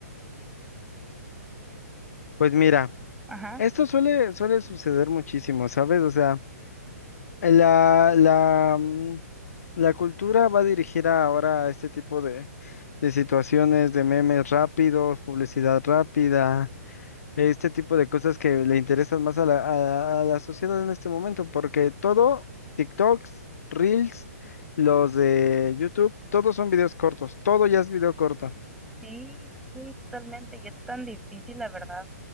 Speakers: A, on the left; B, in the centre.
A: Pues mira,
B: Ajá.
A: esto suele, suele suceder muchísimo, ¿sabes? O sea... La, la, mm, la cultura va dirigida ahora a este tipo de, de situaciones, de memes rápidos, publicidad rápida, este tipo de cosas que le interesan más a la, a, a la sociedad en este momento, porque todo, TikToks, Reels, los de YouTube, todos son videos cortos, todo ya es video corto.
B: Sí, sí, sí, totalmente. Y es tan difícil, la verdad,